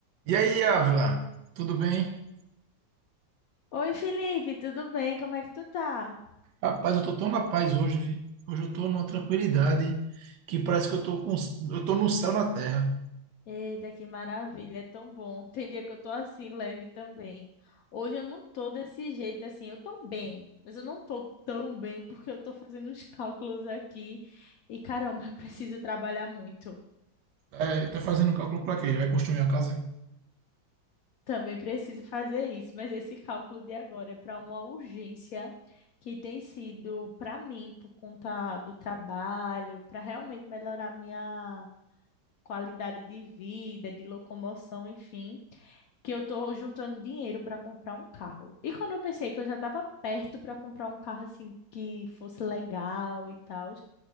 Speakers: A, on the right; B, on the left.
A: E aí, Ávila, tudo bem?
B: Oi, Felipe, tudo bem? Como é que tu tá?
A: Rapaz, eu tô tão na paz hoje, vi. Hoje eu tô numa tranquilidade que parece que eu tô com, eu tô no céu na terra.
B: Eita, que maravilha, é tão bom. <laughs> Tem dia que eu tô assim, leve também. Hoje eu não tô desse jeito assim, eu tô bem, mas eu não tô tão bem porque eu tô fazendo os cálculos aqui e caramba, <laughs> eu preciso trabalhar muito.
A: É, tá fazendo cálculo pra quê? Vai construir uma casa?
B: Também preciso fazer isso, mas esse cálculo de agora é para uma urgência que tem sido para mim por conta do trabalho, para realmente melhorar minha qualidade de vida, de locomoção, enfim, que eu tô juntando dinheiro para comprar um carro. E quando eu pensei que eu já estava perto para comprar um carro assim que fosse legal e tal,